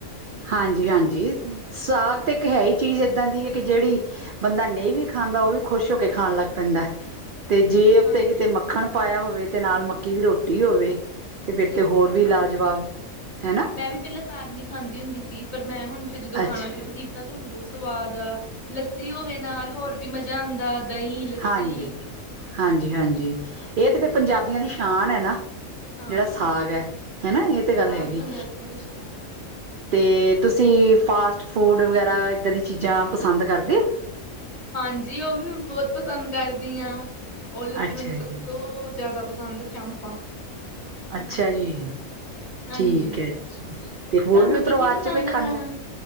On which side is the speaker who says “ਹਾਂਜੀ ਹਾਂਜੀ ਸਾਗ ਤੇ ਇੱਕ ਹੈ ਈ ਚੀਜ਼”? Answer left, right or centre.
Right